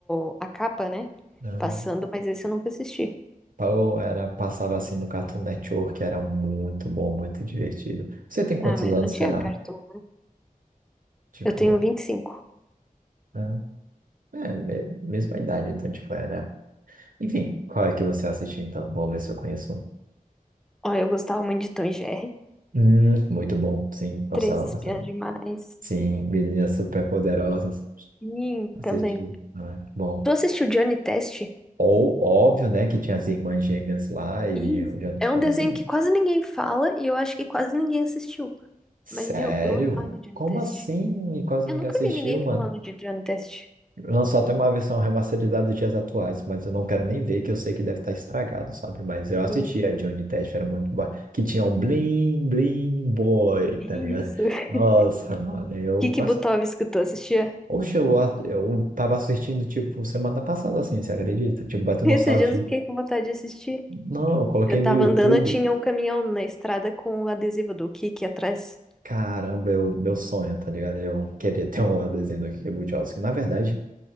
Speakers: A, in the centre; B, on the right (about 65°).
A: o- a capa, né?
B: Aham.
A: Passando, mas esse eu nunca assisti.
B: Ou era, passava assim no Cartoon Network, era muito bom, muito divertido. Você tem quantos
A: Ah, mas
B: anos,
A: não tinha
B: sei lá?
A: cartão. né?
B: Tipo,
A: Eu tenho 25.
B: né? é, me- mesma idade, então, tipo, era. Enfim, qual é que você assistiu então? Vamos ver se eu conheço um.
A: Ó, eu gostava muito de Tom e Jerry.
B: Hum, muito bom, sim, gostava
A: Três Espiãs
B: bastante.
A: Demais.
B: Sim, Meninas Superpoderosas,
A: Sim,
B: assisti.
A: também.
B: Ah, bom.
A: Tu assistiu Johnny Test?
B: Ou, óbvio, né, que tinha as irmãs gêmeas lá e
A: Isso.
B: o Jonathan
A: É
B: Consta,
A: um desenho
B: né?
A: que quase ninguém fala e eu acho que quase ninguém assistiu.
B: Sério?
A: Mas, meu, eu amava Johnny
B: Como
A: Test.
B: assim? Quase
A: Eu
B: ninguém
A: nunca
B: assistiu,
A: vi ninguém
B: mano.
A: falando de Drone Test.
B: Lançou até uma versão remasterizada dos dias atuais, mas eu não quero nem ver, que eu sei que deve estar estragado, sabe? Mas eu assisti
A: Sim.
B: a Johnny Test, era muito boa. Que tinha o Bling Bling Boy,
A: Isso.
B: tá ligado?
A: <laughs>
B: Nossa, mano, eu
A: Kiki
B: gosto.
A: Butovski, tu assistia?
B: Oxe, eu, a- eu tava assistindo, tipo, semana passada, assim, você acredita? Tipo, bateu
A: Esses
B: nostalgia.
A: dias eu fiquei com vontade de assistir.
B: Não, eu coloquei
A: Eu tava
B: no YouTube.
A: andando, eu tinha um caminhão na estrada com o adesivo do Kiki atrás.
B: Caramba, eu, meu sonho, tá ligado? Eu queria ter <laughs> um desenho do Kiki Buttowski. Na verdade,